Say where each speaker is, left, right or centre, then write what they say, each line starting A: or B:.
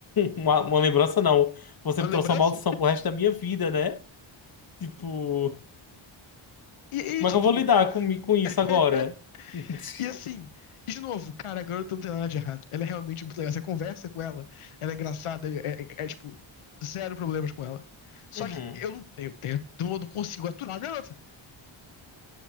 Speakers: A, on the left; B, on the left.
A: uma. Uma lembrança, não. Você
B: Uma
A: me
B: lembrança?
A: trouxe uma maldição pro resto da minha vida, né? Tipo,
B: E,
A: como
B: e tipo,
A: é que eu vou lidar com, com isso
B: <laughs>
A: agora? <laughs>
B: e assim, e de novo, cara, a garota não tem nada de errado. Ela é realmente muito legal. Você conversa com ela, ela é engraçada, é, é- é, é, tipo, zero problemas com ela. Só
A: Uhum.
B: que eu não tenho, tenho, eu não consigo aturar a garota.